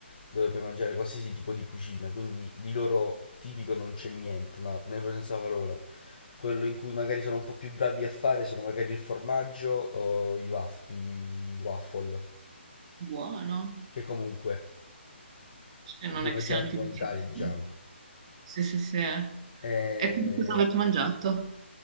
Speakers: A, on the left; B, on the right.
A: dove puoi mangiare qualsiasi tipo di cucina, quindi di loro tipico non c'è niente, ma nel vero senso della parola. Quello in cui magari sono un po' più bravi a fare sono magari il formaggio o i, waf- i waffle,
B: Buono,
A: che comunque
B: se non
A: li puoi
B: è
A: mangiare
B: che siano
A: anche
B: tipicissimi.
A: qua in Italia, diciamo.
B: Sì, sì, sì. E
A: Eh,
B: quindi cosa avete mangiato?